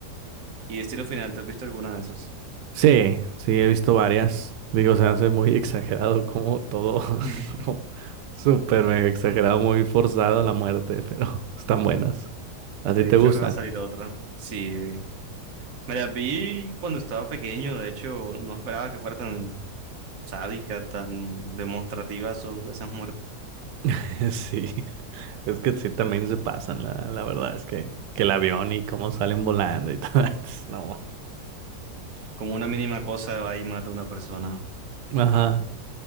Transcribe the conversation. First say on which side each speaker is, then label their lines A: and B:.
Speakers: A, on the right (about 55°); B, on the right (about 90°).
A: Y Destino Final, ¿te has visto alguna de esas?
B: Sí, sí, he visto varias. Digo, se hace muy <laughs> exagerado como todo,
A: <laughs>
B: <laughs> como súper mega exagerado, muy forzado la muerte, <laughs> pero están buenas. ¿A
A: De
B: ti te
A: hecho,
B: Sí. gustan?
A: ahora va a salir otra. Sí. Me la vi cuando estaba pequeño. De hecho, no esperaba que fuera tan sádica, tan demostrativa eso- esas muertes.
B: <laughs> Sí, es que sí, también se pasan, la, la verdad es que, que el avión y cómo salen volando y todo <laughs> eso, no. ma-
A: Como una mínima cosa va y mata a una persona.
B: Ajá,